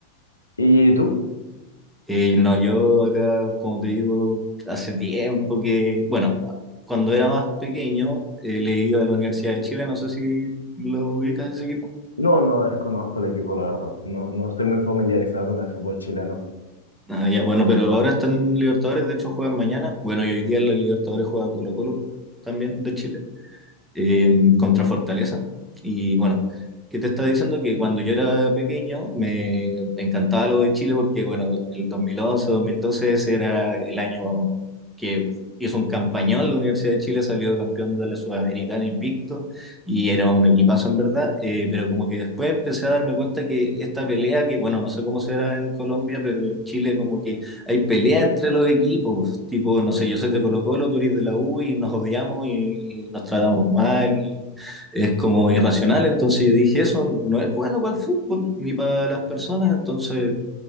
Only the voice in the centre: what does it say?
Eh, no, yo acá, como te digo, hace tiempo que, bueno, cuando era más pequeño, eh, le iba a la Universidad de Chile, no sé si lo ubicas ese equipo.
Ah, ya, bueno, pero ahora están en Libertadores, de hecho juegan mañana. Bueno, y hoy día en la Libertadores juega Colo-Colo también de Chile. eh, contra Fortaleza. Y bueno, ¿qué te estaba diciendo? Que cuando yo era pequeño me encantaba lo de Chile porque, bueno, el 2011, 2012 ese era el año que hizo un campañón. La Universidad de Chile salió campeón de la Sudamericana invicto y era un equipazo en verdad. eh, pero como que después empecé a darme cuenta que esta pelea, que bueno, no sé cómo será en Colombia, pero en Chile como que hay pelea entre los equipos, tipo, no sé, yo soy de Colo Colo, tú eres de la U y nos odiamos y, y nos tratamos mal y es como irracional, entonces yo dije, eso no es bueno para el fútbol ni para las personas, entonces